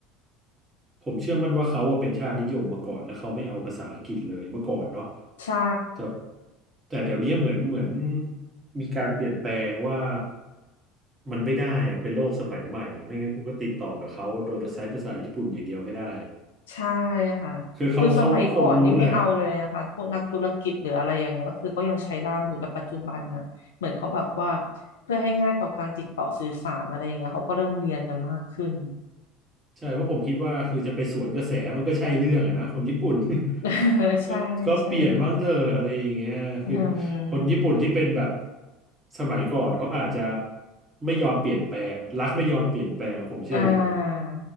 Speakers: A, on the right; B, on the left.
A: ผมเชื่อมั่นว่าเขาอะเป็นชาตินิยมมาก่อนแล้วเขาไม่เอาภาษาอังกฤษเลยเมื่อก่อนเนาะ
B: ใช่
A: แต่แต่เดี๋ยวนี้เหมือนเหมือนมีการเปลี่ยนแปลงว่ามันไม่ได้อะเป็นโลกสมัยใหม่อะไม่งั้นกูก็ติดต่อกับเขาโดยใช้ภาษาญี่ปุ่นอย่างเดียวไม่ได้
B: ใช่ค่ะคือสมัยก่อนนี่ไม่เอาเลยนะคะพวกนักธุรกิจหรืออะไรอย่างเงี้ยก็คือก็ยังใช้ล่ามอยู่แต่ปัจจุบันน่ะเหมือนเขาแบบว่า
A: คือเขาเขาก็คงรู้แหละ
B: เพื่อให้ง่ายต่อการติดต่อสื่อสารอะไรอย่างเงี้ยเขาก็เริ่มเรียนกันมากขึ้น
A: ใช่เพราะผมคิดว่าคือจะไปสวนกระแสมันก็ใช่เรื่องอะนะคนญี่ปุ่น
B: <laughs>
A: <laughs>
B: ใช่ใช่
A: ก็ก็เปลี่ยนบ้างเถอะอะไรอย่างเงี้ยคือ
B: อืม
A: คนญี่ปุ่นที่เป็นแบบสมัยก่อนเขาอาจจะไม่ยอมเปลี่ยนแปลงรักไม่ยอมเปลี่ยนแปลงผมเชื่ออย่างนั้น
B: อ่า